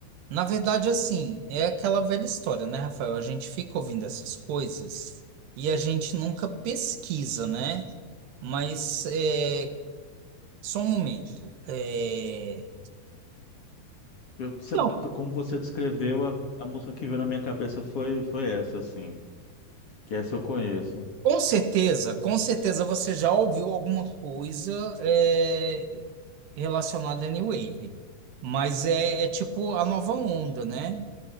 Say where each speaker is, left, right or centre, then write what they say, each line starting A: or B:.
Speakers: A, on the right (about 75°); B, on the left (about 40°).
A: Na verdade, assim, é aquela velha história, né, Rafael? A gente fica ouvindo essas coisas e a gente nunca pesquisa, né? Mas é, só um momento. É,
B: Eu, sabe,
A: Não,
B: como você descreveu, a, a música que veio na minha cabeça foi, foi essa, assim, que essa eu conheço.
A: com certeza, com certeza você já ouviu alguma coisa é, relacionada à New Wave. Mas é, é tipo a nova onda, né?